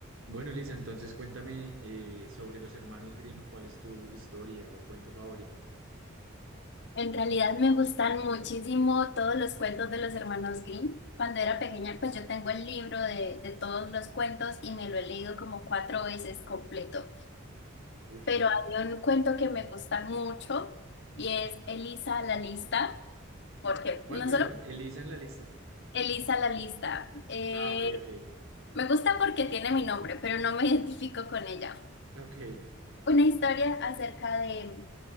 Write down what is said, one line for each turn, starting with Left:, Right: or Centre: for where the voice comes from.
Right: Bueno, Elisa, entonces cuéntame eh, sobre los hermanos Grimm, ¿cuál es tu historia o cuento favorito?
Left: En realidad me gustan muchísimo todos los cuentos de los hermanos Grimm. Cuando era pequeña, pues yo tengo el libro de, de todos los cuentos y me lo he leído como cuatro veces completo.
Right: Uy,
Left: Pero hay un cuento que me gusta mucho y es Elisa la lista, porque
Right: ¿cuál,
Left: no
Right: perdón?
Left: solo
Right: ¿Elisa en la lista?
Left: Elisa la lista, eh,
Right: Ah, ok, ok,
Left: me gusta porque tiene mi nombre, pero no me <laughs> identifico con ella.
Right: ok.
Left: Una historia acerca de